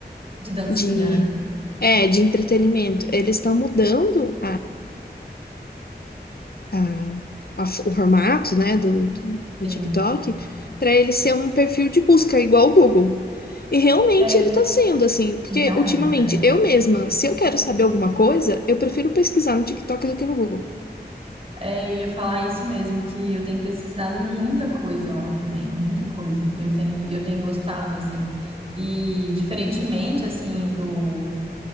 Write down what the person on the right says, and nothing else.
de dancinha,
né?
Sim.
É,
e realmente,
é.
É, eu ia falar isso mesmo, que eu tenho pesquisado muita coisa lá também, muita coisa. E eu tenho, e eu tenho gostado, assim. E diferentemente, assim, do,